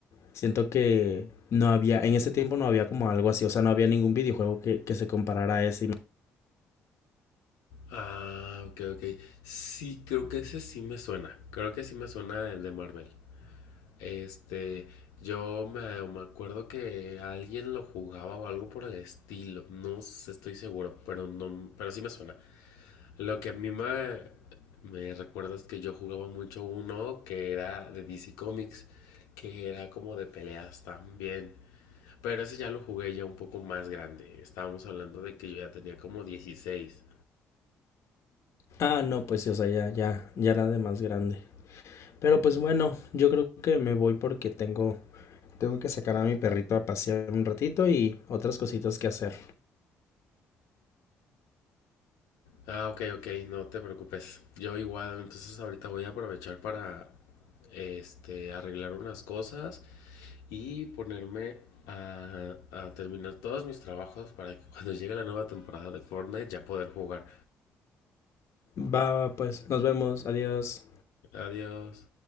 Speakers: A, on the left (about 60°); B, on the left (about 80°).
A: siento que no había, en ese tiempo no había como algo así, o sea, no había ningún videojuego que, que se comparara a ese. Y me-
B: Ah, ok, ok. Sí, creo que ese sí me suena. Creo que sí me suena el de Marvel. Este, yo me, me acuerdo que alguien lo jugaba o algo por el estilo. No sé, estoy seguro, pero no, pero sí me suena. Lo que a mí me, me recuerda es que yo jugaba mucho uno que era de DC Comics, que era como de peleas también. Pero ese ya lo jugué ya un poco más grande. Estábamos hablando de que yo ya tenía como 16.
A: Ah, no, pues sí, o sea, ya, ya, ya era de más grande. Pero pues bueno, yo creo que me voy porque tengo, tengo que sacar a mi perrito a pasear un ratito y otras cositas que hacer.
B: Ah, ok, ok, no te preocupes. Yo igual, entonces ahorita voy a aprovechar para este arreglar unas cosas y ponerme a, a terminar todos mis trabajos para que cuando llegue la nueva temporada de Fortnite ya poder jugar.
A: Va, va, pues, nos vemos, adiós.
B: Adiós.